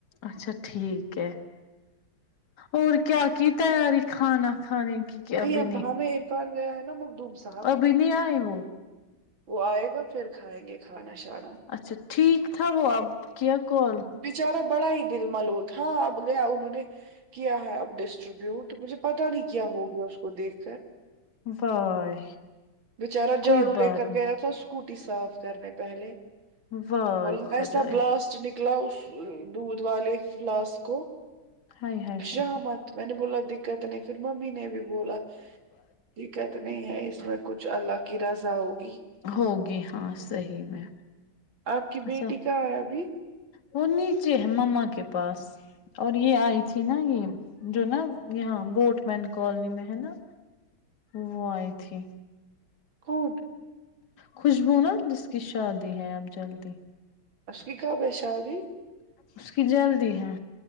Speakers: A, on the left (about 55°); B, on the right (about 75°).
A: اچھا ٹھیک ہے اور کیا کی تیاری کھانا کھانے کی کہ
B: نہیں
A: ابھی
B: ابا میں عرفان گیا ہے نا مخدوم سے
A: ابھی نہیں آئی وہ
B: وہ آئے گا پھر کھائیں گے کھانا شا
A: اچھا ٹھیک تھا وہ اب کیا کال
B: بچارا بڑا ہی دل ملو تھا اب گیا انہوں نے کیا ہے اب ڈسٹریبیوٹ تو مجھے پتا نہیں کیا ہو گیا اس کو دیکھ کر
A: وائے
B: بچارا
A: کوئی
B: جھاڑو
A: بات
B: لے کر گیا تھا اسکوٹی صاف کرنے پہلے
A: نہیں وائے
B: بولو
A: خدائے
B: ایسا بلاسٹ نکلا اس دودھ والے فلاسٹ کو
A: ہائے ہائے
B: شامت
A: ہائے ہائے
B: میں نے بولا دے دقت نہیں پھر ممی نے بھی بولا دقت نہیں ہے اس میں کچھ الگ کی رزا ہوگی
A: ہوگی ہاں سہی میں
B: آپ کی بیٹی
A: اچھا
B: کہاں ہے ابھی
A: وہ نیچے ہے مما کے پاس اور یہ آئی تھی نا یہ جو نا یہاں بوٹ مین کالونی میں ہے نا وہ آئی تھی
B: <unintelligible>
A: خوشبو نا جس کی شادی ہے اب جلدی
B: اس کی کب ہے شادی
A: اس کی جلدی ہے